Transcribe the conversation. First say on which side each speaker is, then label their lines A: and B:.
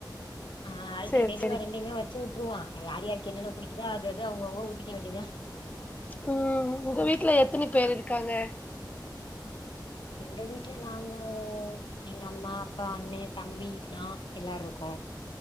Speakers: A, on the left; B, on the left.
A: ஆ ஆல்டர்னேடிவ்வா
B: சேரி சேரி
A: ரெண்டையுமே வச்சு விட்டுருவோ யாருக்கு என்னென்ன புடிக்குதோ அத அது அவுங்கவுங்க ஊதிக்க வேண்டிதா
B: ம் உங்க வீட்ல எத்தினே பேர் இருக்காங்க
A: எங்க வீட்ல நாங்க எங்க அம்மா அப்பா அண்ணே தம்பி நா எல்லார்ருக்கோ